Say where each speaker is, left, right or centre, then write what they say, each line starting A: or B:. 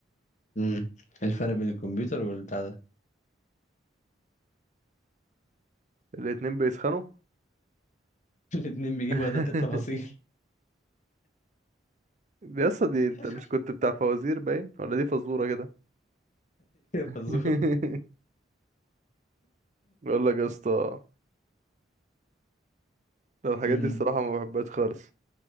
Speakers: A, on the left; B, on the right.
A: امم الفرق بين الكمبيوتر والبتاع ده
B: الاتنين بيسخنوا
A: <laughs> الاتنين بيجيبوا
B: <laughs>
A: أدق التفاصيل
B: دي يا اسطى دي انت
A: <laughs>
B: مش كنت بتاع فوازير باين ولا دي فزورة كده <laughs>
A: فزور
B: بقول لك يا اسطى ده الحاجات
A: امم
B: دي الصراحة ما بحبهاش خالص